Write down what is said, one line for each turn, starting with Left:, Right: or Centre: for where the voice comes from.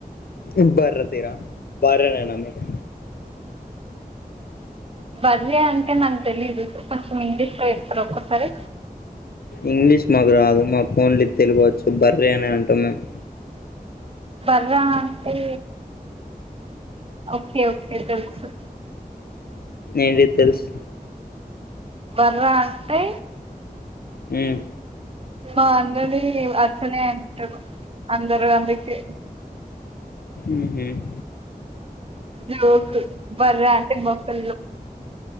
Left: సేమ్ బర్రె తీరా బారనేనా మీరూ
Right: అద్య అంటే నాకు తెలీదు కొంచెం ఇంగ్లీషులో చెప్తారా ఒక్కసారి
Left: ఇంగ్లీష్ మాకు రాదు మాకు ఓన్లి తెలుగు వచ్చు బర్రీ అని అంటా మేము
Right: బర్ర అంటే ఓకే ఓకే తెలుసు
Left: ఏంటి తెలుసు
Right: బర్ర అంటే
Left: ఉమ్
Right: మా అందరి అట్లనే అంటారు అందరు అందుకే
Left: హ్మ్
Right: జోక్ బర్ర అంటే మొసళ్ళు